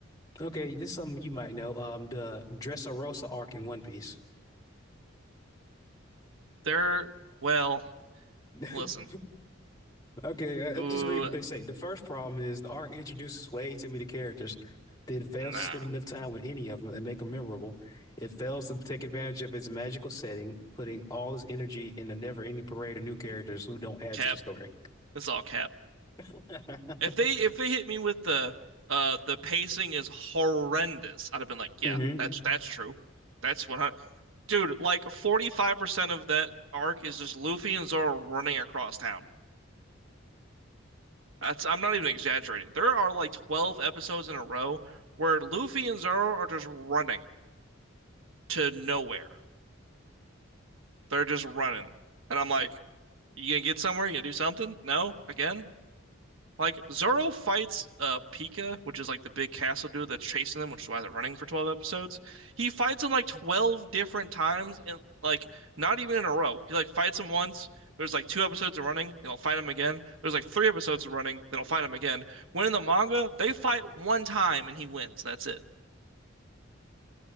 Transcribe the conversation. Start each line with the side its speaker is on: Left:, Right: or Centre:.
Left: Okay, this is something you might know. Um, the Dressrosa arc in One Piece.
Right: They're well,
Left: <laughs>
Right: listen.
Left: Okay, I, I
Right: Ooh,
Left: just read what they say. The first problem is the arc introduces way too many characters, then fails
Right: nah.
Left: to spend enough time with any of them and make them memorable. It fails to take advantage of its magical setting, putting all its energy in a never-ending parade of new characters who don't add
Right: Cap.
Left: to the story.
Right: It's all cap.
Left: <laughs>
Right: If they if they hit me with the uh the pacing is horrendous, I'd have been like, yeah,
Left: hmm
Right: that's that's true. That's what I, dude, like 45% of that arc is just Luffy and Zoro running across town. That's I'm not even exaggerating. There are like 12 episodes in a row where Luffy and Zoro are just running to nowhere. They're just running. And I'm like, you gonna get somewhere? You gonna do something? No? Again? Like Zoro fights uh Pika, which is like the big castle dude that's chasing them, which is why they're running for 12 episodes. He fights him like 12 different times and like not even in a row. He like fights him once. There's like two episodes of running, they'll fight him again. There's like three episodes of running, they'll fight him again. When in the manga, they fight one time and he wins. and That's it.